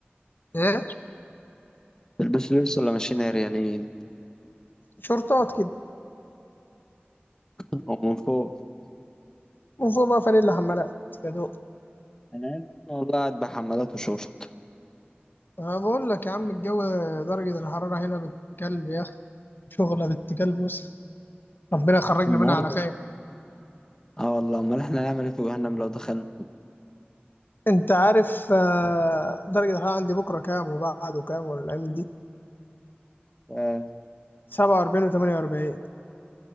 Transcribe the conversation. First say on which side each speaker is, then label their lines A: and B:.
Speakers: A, on the left; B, on the left.
A: إيه؟
B: تلبسوا لبس ولا ماشيين عريانين
A: شرطات كده
B: <laughs> ومن فوق
A: وفوق بقى فانيلا حمالات يا دوب
B: انا هنا والله قاعد بحمالات وشورت
A: أنا بقول لك يا عم الجو درجة الحرارة هنا بنت كلب يا أخي شغلة بنت كلب بص ربنا يخرجنا
B: النهارده
A: منها على خير
B: اه والله امال احنا نعمل ايه في جهنم لو دخلنا
A: انت عارف آه، درجة الحرارة عندي بكرة كام وبعده كام ولا الأيام دي
B: آه
A: 47 و48